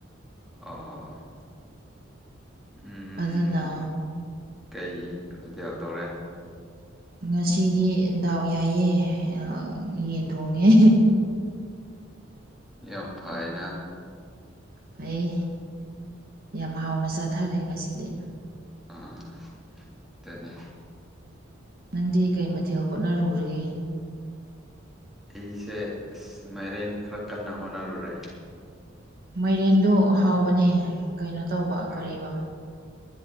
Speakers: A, in the centre; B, on the right.
A: ꯑꯣ ꯎꯝ
B: ꯑꯗꯨꯅ
A: ꯀꯩ ꯃꯊꯦꯜ ꯇꯧꯔꯦ꯫
B: ꯉꯁꯤꯗꯤ ꯗꯥꯎ ꯌꯥꯏ ꯑ ꯌꯦꯟ ꯊꯣꯡꯉꯦ꯫
A: ꯌꯥꯝ ꯐꯩꯅ
B: ꯐꯩ ꯌꯥꯝ ꯍꯥꯎꯅ ꯆꯥꯊꯔꯦ ꯉꯁꯤꯗꯤ
A: ꯑ ꯑꯗꯨꯅꯦ꯫
B: ꯅꯪꯗꯤ ꯀꯩ ꯃꯊꯦꯜ ꯍꯣꯠꯅꯔꯨꯔꯒꯦ꯫
A: ꯑꯩꯁꯦ ꯑ ꯃꯥꯏꯔꯦꯟ ꯈꯔ ꯀꯟꯅ ꯍꯣꯠꯅꯔꯨꯔꯦ
B: ꯃꯥꯏꯔꯦꯟꯗꯣ ꯍꯥꯎꯕꯅꯦ ꯀꯩꯅꯣ ꯇꯧꯕ
A: ꯍꯥꯎꯅꯤ
B: ꯀꯔꯤꯕ